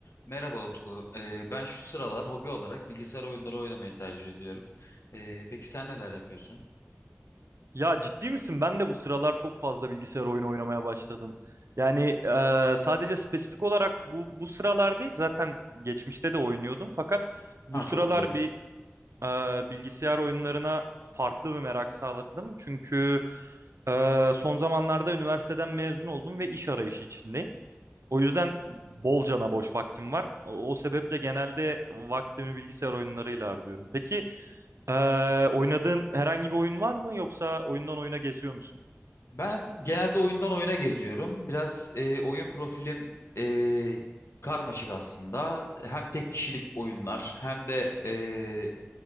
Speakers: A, on the left; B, on the right.
A: Merhaba Utku. Ee, ben şu sıralar hobi olarak bilgisayar oyunları oynamayı tercih ediyorum. Ee, peki sen neler yapıyorsun?
B: Ya ciddi misin? Ben de bu sıralar çok fazla bilgisayar oyunu oynamaya başladım. Yani e, sadece spesifik olarak bu bu sıralar değil, zaten geçmişte de oynuyordum. Fakat bu
A: Ha
B: sıralar
A: çok güzel.
B: bir e, bilgisayar oyunlarına farklı bir merak sağladım. Çünkü e, son zamanlarda üniversiteden mezun oldum ve iş arayışı içindeyim. O yüzden bolcana boş vaktim var. O, o sebeple genelde vaktimi bilgisayar oyunlarıyla harcıyorum. Peki. Ee, oynadığın herhangi bir oyun var mı yoksa oyundan oyuna geziyor musun?
A: Ben genelde oyundan oyuna geziyorum. Biraz e, oyun profilim e, karmaşık aslında. Hem tek kişilik oyunlar hem de e,